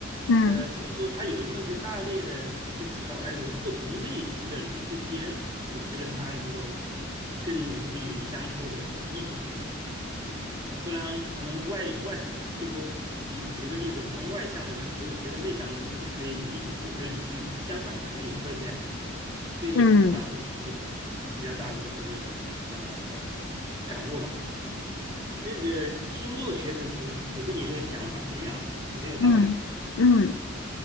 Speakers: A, on the left; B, on the right.
A: 嗯
B: 呃，只是说它有那么一个大类的，就至少来说，不同类型的人之间，我觉得它能够更有利于相互的理解。嗯，不然可能外外就是说，比举个例子，可能外向的人就是觉得内向人不可以理解、不可理喻，相反可能也会这样。这个是当时我觉得比较大的这个呃呃感悟吧。
A: 嗯
B: 那个星座确实是我跟你的想法是一样的，是没有道理的。
A: 嗯嗯，